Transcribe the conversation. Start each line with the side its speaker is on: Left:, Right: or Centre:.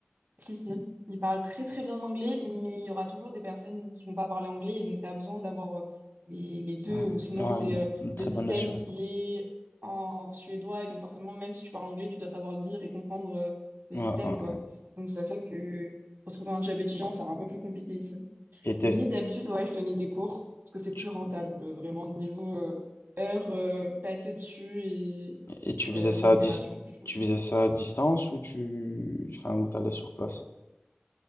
Right: Si, si, ils parlent très très bien anglais, mais il y aura toujours des personnes qui vont pas parler anglais, et donc tu as besoin d'avoir euh, les, les deux,
Left: Ah,
Right: ou sinon
Left: ouais,
Right: c'est
Left: une,
Right: euh,
Left: une très
Right: le système
Left: bonne notion.
Right: qui est en suédois, et donc forcément, même si tu parles anglais, tu dois savoir le dire et comprendre euh, le
Left: Ouais,
Right: système,
Left: ouais,
Right: quoi.
Left: ouais.
Right: Donc ça fait que pour trouver un job étudiant, c'est un peu plus compliqué ici.
Left: Et, t'es-
Right: Mais d'habitude, ouais, je donnais des cours, parce que c'est
Left: tu,
Right: plus rentable, euh, vraiment, niveau euh, heures euh, passées dessus et
Left: et tu faisais
Right: euh,
Left: ça
Right: rémunération,
Left: à dis-
Right: je trouve.
Left: tu faisais ça à distance ou tu, enfin, ou t'allais sur place?